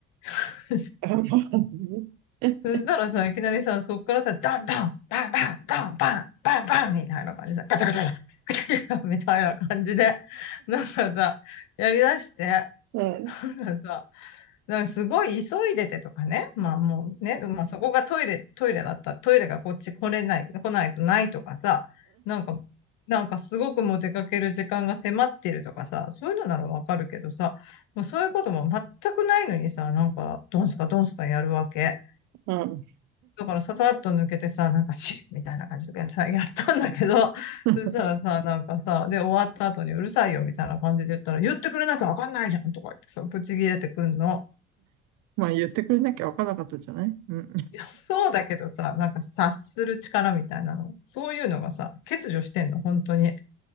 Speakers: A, on the left; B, on the right.
A: <laughs>
B: あ、まあね。<laughs>
A: そしたらさ、いきなりさ、そっからさ、ダンダン、バンバン、ダンバン、バンバンみたいな感じでさ、ガチャガチャガチャ、ガチャガチャみたいな感じで、なんかさ、やりだして、
B: うん、うん、
A: なんかさ、なんかすごい急いでてとかね、まあもうね、まあそこがトイレ、トイレだった、トイレがこっち来れない、来ないとないとかさ、なんか、なんかすごくもう出かける時間が迫ってるとかさ、そういうのならわかるけどさ、もうそういうことも全くないのにさ、なんか、ドンスカドンスカやるわけ。
B: うん。
A: だからささっと抜けてさ、なんかチッみたいな感じでさ、<laughs> やったんだけど、<laughs>
B: <laughs>
A: そしたらさ、なんかさ、で、終わった後にうるさいよみたいな感じで言ったら、言ってくれなきゃわかんないじゃんとか言ってさ、ぶち切れてくんの。
B: まあ言ってくれなきゃわからなかったじゃないうん。
A: いや、そうだけどさ、なんか察する力みたいなの。そういうのがさ、欠如してんの、本当に。